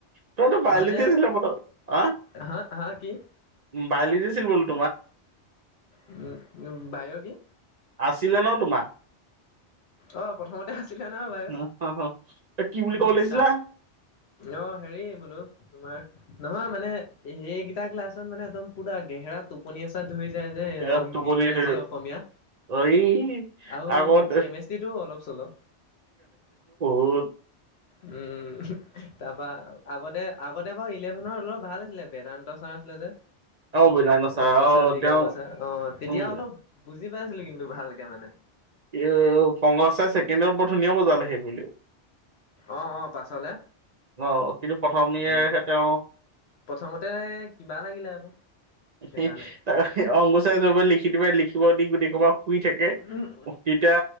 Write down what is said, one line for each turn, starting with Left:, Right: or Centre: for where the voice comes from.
Right: তইতো বাইও
Left: মানে
Right: লজি আছিলি প্ৰথম, আ?
Left: হা হা কি?
Right: <unintelligible>
Left: উম, উ, বায়' কি?
Right: আছিলে ন তোমাৰ?
Left: অ প্ৰথমতে আছিলে ন বায়'
Right: অ, অ, অ। তই কি বুলি
Left: উ,
Right: ক'ব লৈছিলা
Left: তাপ অ, হেৰি বোলোঁ তোমাৰ নহয় মানে এইেইকেইটা ক্লাছত মানে একদম পুৰা গেহেৰা টোপনি আচা ধৰি যে, যে,
Right: এ, টোপনি
Left: ইংৰাজী,
Right: ধৰিল।
Left: অসমীয়া
Right: এই
Left: আৰু
Right: আগত
Left: মেষ্টটো অলপ, চলপ।
Right: উম।
Left: উম, তাৰপা আগতে, আগতে বাৰু ইলেভেনৰ অলপ ভাল আছিলে, বেদান্ত চাৰ আছিলে যে।
Right: আৰু বৈদান আছে
Left: বদন্দা
Right: আৰু
Left: চা মৃগাংগ
Right: তেওঁ
Left: চা, অ, তেতিয়া
Right: উম
Left: হলোজ বুজি পাইছিলো কিন্তু ভালকে মানে
Right: এ, ফংগ চাই ছেকেণ্ডৰ বৰ ধুনীয়া বজালে, সেই বুলিও।
Left: অ', অ', পাছলে।
Right: অ, কিন্তু প্ৰথমেহে
Left: উম
Right: তেওঁ
Left: প্ৰথমতে কিবা লাগিলে আকৌ
Right: <unintelligible>
Left: সেইকাৰণে
Right: ত, অংকচাৰব লিখি কেতিয় লিখিব দি গোট ক'বা শুই থাকে
Left: উম
Right: <unintelligible> তেতিয়া